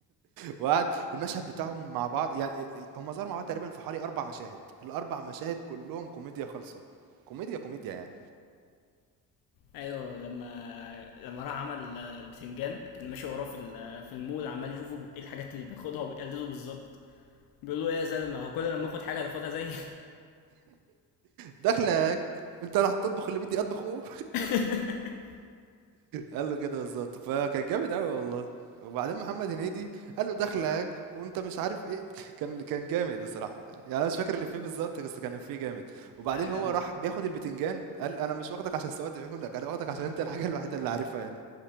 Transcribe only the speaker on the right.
وقعد المشهد بتاعهم مع بعض يعني أ أ هم ظهروا مع بعض تقريبًا في حوالي 4 مشاهد، ال4 مشاهد كلّهم كوميديا خالصة، كوميديا، كوميديا يعني،
داخلك أنت اللي هتطبخ اللي بدي أطبخه؟
قال له كده بالضبط، فكان جامد أوي والله. وبعدين محمد هنيدي قال له داخلك وأنت مش عارف إيه، كان كان جامد الصراحة، يعني أنا مش فاكر الإفيه بالضبط بس كان إفيه جامد. وبعدين
هو راح بياخد البتنجان قال أنا مش واخدك عشان سواد عيونك، أنا واخدك عشان أنت الحاجة الوحيدة اللي عارفها هنا.